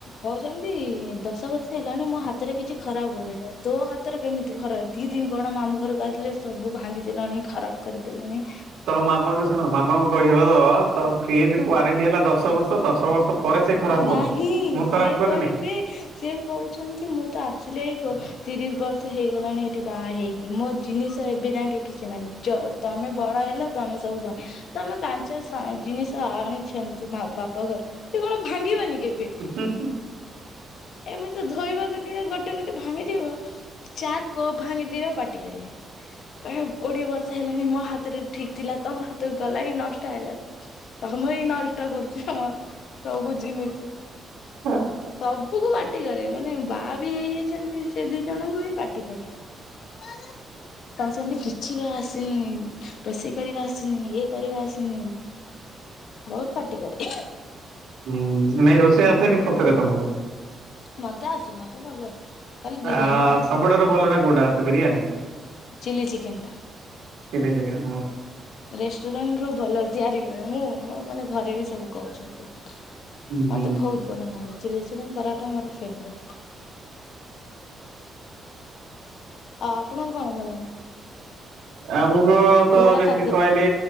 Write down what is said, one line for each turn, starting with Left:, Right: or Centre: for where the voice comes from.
Left: କହୁଛନ୍ତି, ଦଶ ବର୍ଷ ହେଲାଣି ମୋ ହାତରେ କିଛି ଖରାପ <unintelligible> ତୋ ହାତରେ କେମି ତି ଘର ଦି ଦିନ କଣ ମାମୁ ଘରକୁ ଆସିଲେ? ସବୁ ଭାଙ୍ଗିଦେଲାଣି, ଖରାପ୍ କରିଦେଲାଣି।
Right: ତମ ମାମାଙ୍କୁ ଶୁଣ, ମାମାଙ୍କୁ କହି <unintelligible> ତମ ଫ୍ରିଜ୍ ର ୱାରେଣ୍ଟି ହେଲା ଦଶ ବର୍ଷ। ଦଶ ବର୍ଷ ପରେ ସେ ଖରାପ
Left: ନାହିଁ!
Right: ହବ। ମୁଁ
Left: ସିଏ
Right: ଖରାପ କରିନି
Left: କହିବେ ସିଏ କହୁଛନ୍ତି ମୁଁ ତ ଆସିଲେ ଏଇ ତିରିଶ ବର୍ଷ ହେଇଗଲାଣି ଏଠି ବାହା ହେଇକ୍ କି ମୋ ଜିନିଷ ଏବେ ଯାଁକେ କିଛି ନାହିଁ। ଯ ତମେ ବଡ ହେଲ, ତମେ ସବୁ ଭଙ୍ଗ୍ ତମେ କାଞ୍ଚ୍ ସ ଜିନିଷ ଆଣିଛନ୍ତି ମା ବାପ ଘର, ସେ କଣ ଭାଙ୍ଗିବନି କେବ୍ ବେ?
Right: ହଁ।
Left: ଏମିତି ଧୋଇବାକୁ ଯିବେ ଗୋଟ୍ ଟେ ଗୋଟେ ଭାଙ୍ଗିଯିବ, ଚା' କପ୍ ଭାଙ୍ଗି ଯିଅ ପାଟି କରିବେ। କହିଅ, କୋଡିଏ ବର୍ଷ ହେଲାଣି ମୋ ହାତରେ ଠିକ୍ ଥିଲା, ତମ ହାତକୁ ଗଲା ହିଁ, ନଷ୍ଟ ହେଲା। ତମେ ହି ନଷ୍ଟ କରୁଛ, ସବୁ ଜିନିଷ।
Right: ହଁ।
Left: ସବୁକୁ ପାଟି କରେ। ମାନେ ବାହା ବି ହେଇଯାଇଚନ୍ତି, ସେ ଦି ଜଣଙ୍କୁ ବି ପାଟି କରେ। <unintelligible> କହୁଚନ୍ତି, କିଛି ବା ଆସିନି? ରୋଷେଇ କରିବା ଆସିନି? ଇଏ କରିବା ଆସିନି? ବହୁତ୍ ପାଟି କରେ।
Right: ହୁଁ ନାଇଁ ରୋଷେଇ ଆସେନି ସତରେ ତମକୁ?
Left: ମତେ ଆସେ ମତେ ସବୁ ଆସେ। ଖାଲି ବିରିୟାନୀ
Right: ଆଉ
Left: ଟା ଆସେନି
Right: ସବୁଠାରୁ ଭଲଟା କୋଉଟା ବିରିୟାନୀ?
Left: ଚିଲି ଚିକେନ
Right: <unintelligible>
Left: ରେଷ୍ଟୁରାଣ୍ଟରୁ ଭଲ ତିଆରି କରେ ମୁଁ ମୋର ମାନେ ଘରେବି ସବୁ କହୁଚନ୍ତି।
Right: ହୁଁ ହୁଁ
Left: ମତେ ବହୁତ୍ ଭଲନାଗେ ଚିଲ୍ ଚିକେନ୍ ପରଟା ମୋର ଫେବୋରାଇଟ୍। ଆଉ ଆପଣଙ୍କୁ କଣ ଭଲ ଲାଗେ?
Right: ଆମକୁତ
Left: ଘର
Right: ଯେମିତି
Left: ଖାଦ୍ୟ
Right: କହିଲି